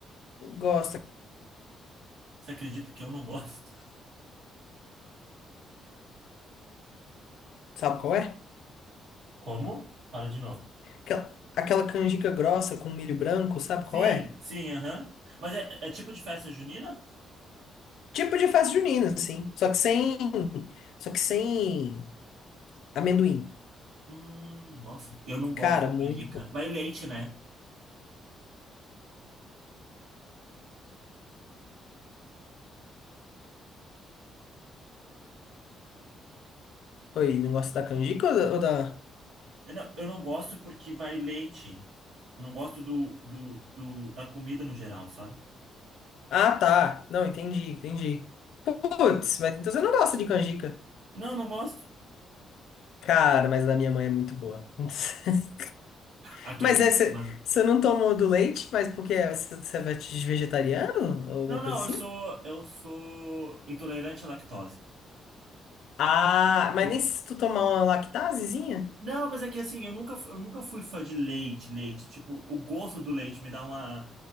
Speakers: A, on the left (about 75°); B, on the right (about 80°).
A: gosta,
B: Você acredita que eu não gosto?
A: sabe qual é?
B: Como? Fala de novo.
A: Aquela, aquela canjica grossa com milho branco, sabe
B: Sim,
A: qual é?
B: sim, aham. Mas é, é tipo de festa junina?
A: Tipo de festa junina, assim, só que sem, só que sem amendoim.
B: Hum, nossa, eu não gosto
A: Cara,
B: de
A: muito
B: canjica.
A: bom.
B: Vai leite, né?
A: Oi, não gosta da canjica ou da... ou da-
B: Eu não, eu não gosto porque vai leite. Eu não gosto do, do, do- da comida no geral, sabe?
A: Ah, tá. Não, entendi, entendi. Putz, mas então você não gosta de canjica.
B: Não, não gosto.
A: Cara, mas a da minha mãe é muito boa. <laughs>
B: Aquele.
A: Mas é, você
B: Mas,
A: você não tomou do leite, mas porque é você você é vete- vegetariano ou alguma
B: Não, não,
A: coisa assim?
B: eu sou, eu sou intolerante à lactose.
A: Ah, mas
B: E-
A: nem se tu tomar uma lactasezinha?
B: Não, mas é que assim, eu nunca, fu- eu nunca fui fã de leite, leite. Tipo, o gosto do leite me dá uma,